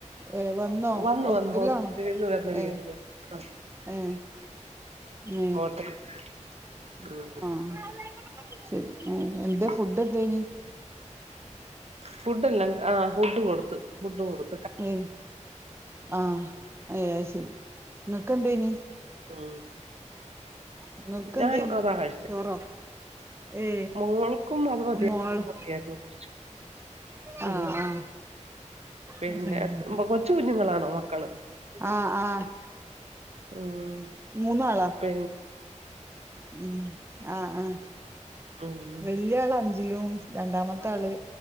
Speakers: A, on the right; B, on the right.
A: ഏ വന്നോ
B: വന്നു
A: ഹോസ്പിറ്റലാണോ
B: വന്നു ഹോസ്പിറ്റലിൽ നിന്ന് വന്ന്
A: ഏ
B: വീട്ടില് ആഹ്
A: ഏ മ
B: കോട്ടയത്ത് ഉം
A: ആഹ ശ ആ എന്താ
B: ഉം
A: ഫുഡ് എന്തേനി
B: ഫുഡ് എല്ലാം ആ ഫുഡ് കൊടുത്ത ഫുഡ് കൊടുത്ത
A: ഏ ആഹ അയ ശരി നിങ്ങക്ക എന്തനി
B: ഉം
A: ഇങ്ങക്കെന്തേനി
B: ഞാൻ അതാ കഴിച്ചെ
A: ചോറോ? ഏ
B: മോൾക്കും അത് മതിയായിരുന്നു
A: മോള്
B: <unintelligible> കുട്ച്ച്
A: ആഹ്
B: ഉം പിന്നെ
A: ആഹ് കഴിഞ്ഞു
B: എത്ത് ബ് കൊച്ചു കുഞ്ഞുങ്ങളാണോ മക്കള്?
A: ആഹ് ആഹ്
B: ഉം
A: മൂന്നാളാ
B: പി
A: ഉം ആഹ് ആഹ്
B: ഉം
A: വെല്ല്യാളഞ്ച്ലും രണ്ടാമത്തള്